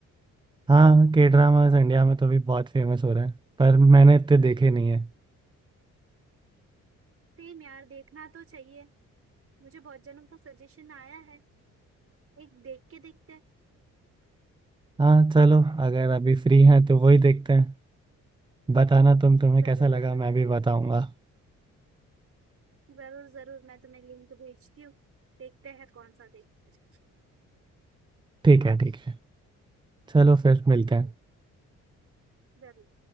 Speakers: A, on the right (about 15°); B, on the right (about 50°).
A: हाँ के ड्रामास इंडिया में तो अभी बहुत फेमस हो रहे हैं पर मैंने इतने देखे नहीं है
B: सेम यार देखना तो चाहिए मुझे बहुत जनों का सजेशन आया है एक देख के देखते हैं
A: हाँ चलो अगर अभी फ्री हैं तो वही देखते हैं बताना तुम तुम्हें
B: जरूर
A: कैसा लगा
B: जरूर
A: मैं भी बताऊंगा
B: जरूर जरूर मैं तुम्हें लिंक भेजती हूँ देखते हैं कौन सा देखते हैं
A: ठीक है ठीक है चलो फिर मिलते हैं
B: ठीक जरूर